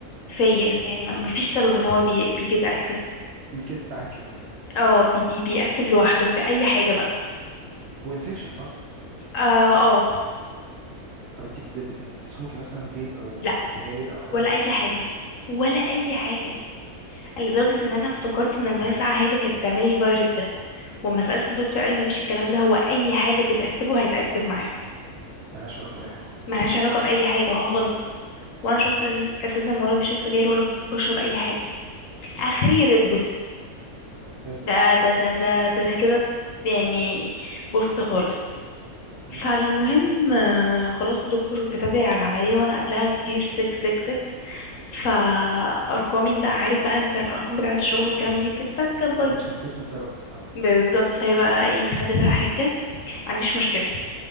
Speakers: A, on the left; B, on the right.
A: فيا يعني ما- مفيش سبب ان هو بي بيجيت اكتف
B: بيجت معاكي اه
A: اه بي بي بي اكتف لوحده باي حاجه بقى
B: هو انفكشن صح؟
A: اه اه
B: طب انت بت... بت... بتسموكي مثلا فيب او
A: لا
B: سجاير او حاجه
A: ولا
B: ولا
A: اي
B: لا؟
A: حاجه
B: مم.
A: ولا
B: مم.
A: اي حاجه لدرجه
B: مم.
A: ان انا افتكرت ان الميه ساقعه هي اللي كانت بتعملي الفيروس ده وما سالت الدكتور قال لي مفيش الكلام ده هو اي حاجه بتاكتفه هيتاكتف معاها
B: ملهاش علاقه باي حاجه
A: ملهاش
B: خالص
A: علاقه
B: لوحدها
A: باي حاجه خالص ولا شخص أس-
B: مم.
A: اساسا ولا بشرب سجاير ولا بشرب اي حاجه
B: مم.
A: اخري
B: مم.
A: ريد بول
B: بس
A: ده ده ده ده ده انا كده يعني بوست خالص
B: مم.
A: فالمهم آه، خلاص الدكتور كتب لي على العمليه وانا قبلها كتير سك سك سك فارقامي بقى عارف بقى انت الارقام بتاعه الشغل والكلام دي كانت- بتاعتي كانت بايظه
B: الابسنتيزم اتضرب اه
A: بالظبط فهي بقى ايه خدتها حجه ما عنديش مشكله